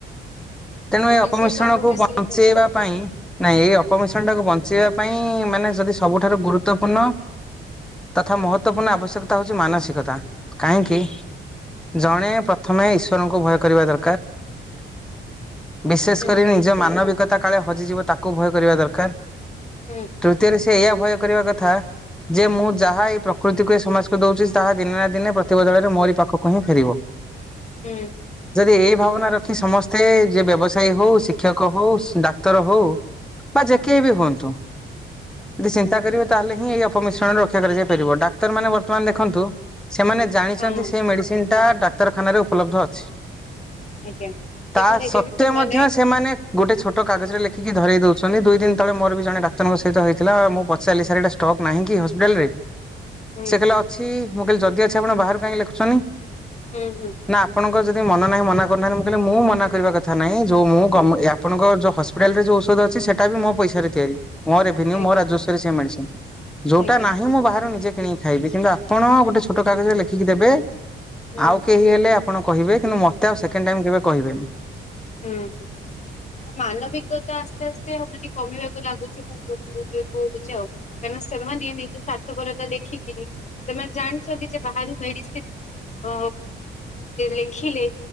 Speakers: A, in the centre; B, on the left.
A: ତେଣୁ
B: ମଣିଷ
A: ଏଇ ଅପମିଶ୍ରଣ
B: ତ ଅପମିଶ୍ରିତ
A: କୁ ବଞ୍ଚେଇବା
B: ହୁଁ
A: ପାଇଁ ନାଇଁ ଏଇ ଅପମିଶ୍ରଣ ଟାକୁ ବଞ୍ଚେଇବା ପାଇଁ ମାନେ ଯଦି ସବୁ ଠାରୁ ଗୁରୁତଵପୂର୍ଣ୍ଣ ତଥା ମହଵପୂର୍ଣ୍ଣ ଆବଶ୍ୟକତା ହଉଛି ମାନସିକତା। କାହିଁକି? ଜଣେ ପ୍ରଥମେ ଈଶ୍ୱରଙ୍କୁ ଭୟ କରିବା ଦରକାର। ବିଶେଷ
B: ହୁଁ ହୁଁ
A: କରି ନିଜ ମାନବିକତା କାଳେ ହଜିଯିବ ତାକୁ ଭୟ କରିବା ଦରକାର।
B: ହୁଁ
A: ତୃତିୟ ରେ ସେ ଏଇଆ ଭୟ କ କରିବା କଥା ଯେ ମୁଁ ଯାହା ଏଇ ପ୍ରକୃତିକୁ ଏ ସମାଜକୁ ଦଉଛି ତାହା ଦିନେ ନା ଦିନେ ପ୍ରତିବଦଳରେ ମୋରି ପାଖକୁ ହିଁ ଫେରିବ।
B: ହୁଁ
A: ଯଦି ଏଇ ଭାବନା ରଖି ସମସ୍ତେ ଯେ ବ୍ୟବସାୟୀ ହଉ ଶିକ୍ଷକ ହଉ ଡାକ୍ତର ହଉ ବା ଯେକେହି
B: ହୁଁ
A: ବି ହୁଅନ୍ତୁ ବିସେସ
B: ହୁଁ
A: ତାହେଲେ ହଁ ଅପମିଶ୍ରଣରେ ରକ୍ଷା କରାଯାଇ ପାରିବ ଡାକ୍ତର ମେ ବର୍ତ୍ତମାନ ଦେଖନ୍ତୁ ସେମାନେ ଜାଣିଛନ୍ତି
B: ହଁ
A: ସେ ମେଡିସିନ ଏଟା ଡାକ୍ତରଖାନ ଉପଲବ୍ଧ ଅଛି।
B: ଆଜ୍ଞା କିନ୍ତୁ
A: ତା
B: ହେଲେ
A: ସତ୍ୱେ
B: ବି ସେମାନେ
A: ମଧ୍ୟ ସେମାନେ ଗୋଟେ ଛୋଟ କାଗଜରେ
B: ହୁଁ
A: ଲେଖିକି ଧରେଇ ଦଉଛନ୍ତି ଛନ୍ତି ଦୁଇ ଦିନ ତଳେ ମୋର ବି ଜଣେ ଡାକ୍ତରଙ୍କ ସହିତ ହେଇଥିଲା ମୁଁ ପ ଚାରିଲି ସାର୍ ଏଇଟା ଷ୍ଟକ୍ ନାହିଁ କି ହସ୍ପିଟାଲ ରେ?
B: ହୁଁ
A: ସେ କହିଲେ ଅଛି। ମୁଁ କାଲି ଯଦି ଅଛି ଆପଣ ବାହାରୁ କାଇଁ ଲେଖୁଛନ୍ତି?
B: ହୁଁ ହୁଁ
A: ନା ଆପଣଙ୍କର ଯଦି ମନ ନାହିଁ ମନା କରୁନାହାନ୍ତି ମୁଁ କହିଲି ମୁଁ ମନା କରିବା କଥା ନାହିଁ। ଯଉ ମୁଁ ଗମେଣ୍ଟ୍ ମୁଁ
B: ହୁଁ
A: ଆଣଙ୍କର ଯଉ ହସ୍ପି ହସ୍ପିଟାଲ୍ ରେ ଯୋଉ ଔଷଧ ଅଛି ସେଟା ବି ମୋ ପଇସାରେ ତିଆରି। ମୋର ରେଭିନ୍ୟୁ
B: ଆଜ୍ଞା
A: ମୋ ରାଜ୍ୟସ୍ୱ। ସେ ମେଡିସିନ୍ ଯୋଉଟା
B: ଆଜ୍ଞା
A: ନାହିଁ ମୁଁ ବାହାରୁ ନିଜେ କିଣିକି ଖାଇଲି କିମ୍ବା ଆପଣ
B: ହୁଁ
A: ଗୋଟେ ଛୋଟ କାଗଜ ରେ ଲେଖି ଦେଖିକି ଦେବେ।
B: ହୁଁ
A: ଆଉ କେହି ହେଲେ ଆପଣ କହିବେ। କିନ୍ତ ମତେ ଆ ସେକଣ୍ଡ ଟାଇମ୍ କେବେ କହିବେନି।
B: ହୁଁ ହୁଁ। ମାନବିକତା ଆସ୍ତେ ଆସ୍ତେ ମାନେ କମିବ ଲାଗୁଛି ମୁଁ <unintelligible> <unintelligible> କାରଣ ସେମାନେ ନିଜ ସାର୍ଥପରତା ଦେଖିକରି ସେମାନେ ଜାଣିଛନ୍ତି ଯେ ବାହାରୁ ମେଡିସିନ ଅ ଲେଖିଲେ